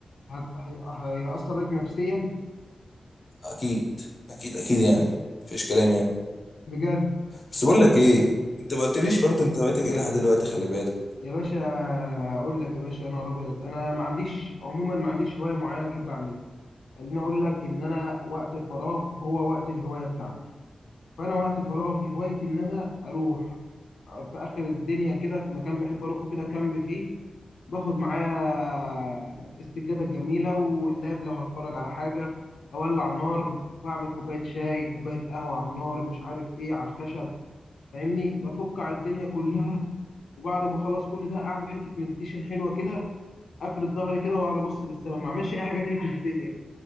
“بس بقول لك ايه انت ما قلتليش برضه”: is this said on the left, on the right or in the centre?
Left